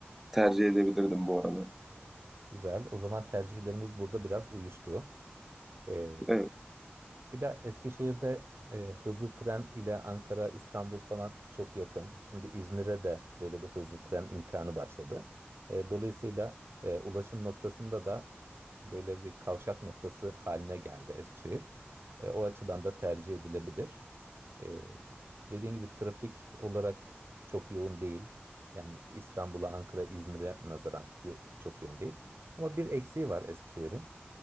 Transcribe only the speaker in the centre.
tercih edebilirdim bu arada.
Evet.